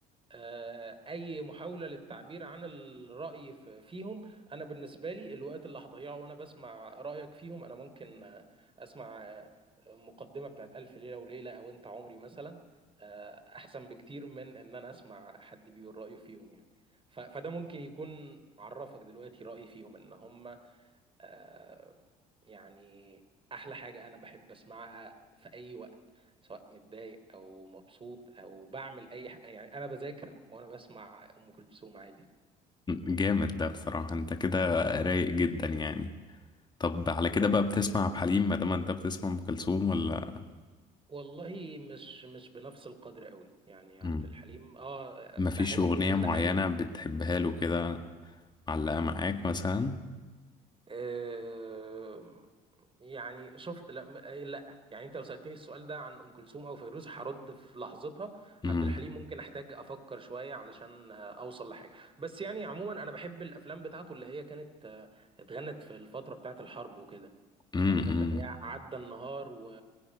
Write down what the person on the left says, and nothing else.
جامد ده بصراحة انت كده رايق جدا يعني طب على كده
بقى بتسمع عبد الحليم ما دام انت بتسمع ام كلثوم ولا
مم.
مفيش
أغنية
معينة
بتحبها له كده معلقة معاك مثلا
مم.
مم.
مم.